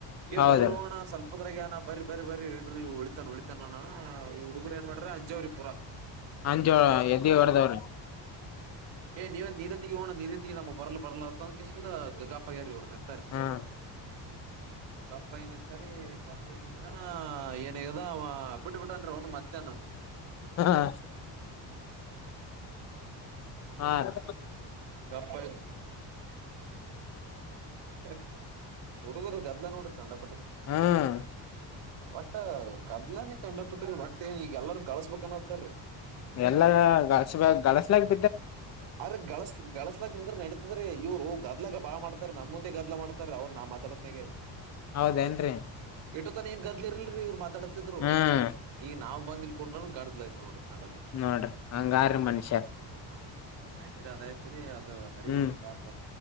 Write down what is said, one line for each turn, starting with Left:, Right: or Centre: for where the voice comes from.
Right: ಈ
Left: ಹೌದ
Right: ಬರ ಅಣ್ಣಾ ಸ್ವಲ್ಪ ನಮ್ಮದ್ರಾಗನ ಬರಿ ಬರಿ ಬರರಿ ಇಡ್ರಿ ಉಳಿತಾನನ್ ಉಳಿತಾನಾನ ಈ ಹುಗರು ಏನ್ ಮಾಡವರ ಅಂಜಾವರಿ ಪುರಾ
Left: ಅಂಜೋಳಾ ಎದಿ ವಡದಾವರಿ
Right: ಎ ನಿನ ನಿನ ತಗಿಯೋ ಅಣ್ಣಾ ನಿನ ತಗಿ ನಮ್ಮಗ ಬರಲ್ಲಾ ಬರಲ್ಲಾ ಅದ್ ಅಂದಕೇಶಿದ ಗಪ್ಪಆಗ್ಯಾರಿ ಇವರ ಬಿದ್ದರರಿ
Left: ಹ್ಮ್
Right: ಗಪ್ಪಆಗಿನಿತ್ತಾರಿ ಗಪ್ಪಆಗಿ ನಿಂದ್ರನ ಏನಾಗೇದ ಅವಾ ಬಿಟ್ಟ ಬಿಟ್ಟ ಟ್ಟಾನಡ್ರಿ ಅವನು ಮತ್ತೆ ಏನು
Left: ಹಾ ಪ್ಚ್
Right: ಟಕ್
Left: ಹಾ ರಿ
Right: ಗಪ್ಪ ಇದ್ದ ಹಕ್ ಹುಡುಗುರು ಗದ್ಲ ನೋಡು ಗಂಡಪಟ್ಟಿ
Left: ಹ್ಮ್
Right: ಹ ಒಟ್ಟ ಗದ್ಲಾನೇ ಕಂಡಪಿಟ್ಟ್ರಿ ಒಟ್ಟ ಏನ್ ಈಗ ಎಲ್ಲಾರ ಗಳಸ್ಬೇಕನ್ನಾಕತ್ತಾರಿ
Left: ಎಲ್ಲಾ ಗಾಡ್ಸಬ್ಯಾಕ್ ಗಡಾಸ್ಯಾಕೆ
Right: ಆರ್ ಗಳಸ್ಲಿ ಗಳಸ್ಲಿ ಬಗ್ಗಿ ನಿಂದ್ರ ನಡೀತದ್ರಿ ಇವ್ರು ಗದ್ಲಗ ಬಾಳ ಮಾಡತಾರೆ ನಮ್ಮ ಮುಂದೆ ಗದ್ಲ ಮಾಡ್ತಾರೆ ಅವ ನಾ ಮಾತಾಡವತ್ತ್ಯಗ
Left: ಹೌದೇನ್ರಿ
Right: ಎಟೋತಾನಾ ಏನ್ ಗದ್ಲಿ ಇರ್ಲ್ರಿರಿ ಇವ್ರು ಮಾತಾಡತಿದ್ರು
Left: ಹ್ಮ್
Right: ಈಗ ನಾವು ಬಂದಿಲ್ ಕುಂಡ್ರೋನ್ ಗಡ್ದಜಲಿ ಆಯತ ನೋಡ್ರಿ ಕಂಡಪಟ್ಟಿ
Left: ನೋಡ್ರಿ ಹಂಗಾರ ಮನುಷ್ಯ
Right: ಆಯ್ತ್ರಿ ಅದಾಯ್ತ್ರಿ ಅದು ಹರೀಶನ
Left: ಹ್ಮ್
Right: ಪಾಪ